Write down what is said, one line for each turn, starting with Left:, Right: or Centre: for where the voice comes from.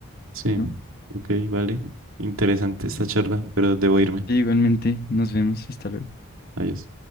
Right: Sí,
Left: ¿no?
Right: ok, vale. Interesante esta charla, pero debo irme.
Left: Sí, igualmente, nos vemos, hasta luego.
Right: Adiós.